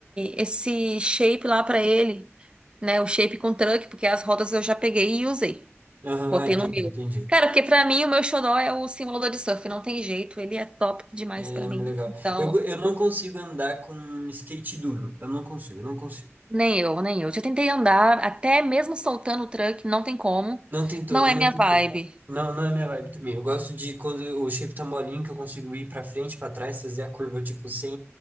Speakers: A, on the right; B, on the right.
A: esse shape lá pra ele, né, o shape com truck, porque as rodas eu já peguei e usei.
B: Aham,
A: Botei
B: Ah, entendi,
A: no meu.
B: entendi.
A: Cara, porque pra mim o meu xodó é o simulador de surf, não tem jeito, ele é top demais
B: É
A: pra mim.
B: legal.
A: Então,
B: Eu, go- eu não consigo andar com um skate duro. Eu não consigo, eu não consigo.
A: nem eu, nem eu. Já tentei andar, até mesmo soltando o truck, não tem como.
B: Não tem turno,
A: Não é
B: não
A: minha
B: tem
A: vibe.
B: como. Não, não é minha vibe também. Eu gosto de quando o shape tá molinho, que eu consigo ir pra frente, pra trás, fazer a curva, tipo, sem